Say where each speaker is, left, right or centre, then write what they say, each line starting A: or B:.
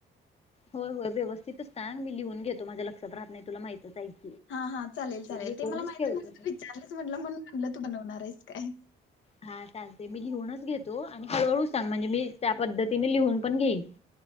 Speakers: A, on the left (about 30°); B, on the left (about 75°).
A: होय होय व्यवस्थितच सांग. मी लिहून घेतो. माझ्या लक्षात राहत नाही तुला माहितच आहे की.
B: हा हा. चालेल चालेल.
A: लिहूनच
B: ते मला माहितीये.
A: ठेवते
B: म्हणून
A: मी
B: त विचारलं म्हटलं म्हणून म्हणलं तू बनवणारेस काय?
A: हा चालते. मी लिहूनच घेतो. आणि हळहळू सांग. म्हणजे मी त्या पद्धतीने लिहून पण घेईन.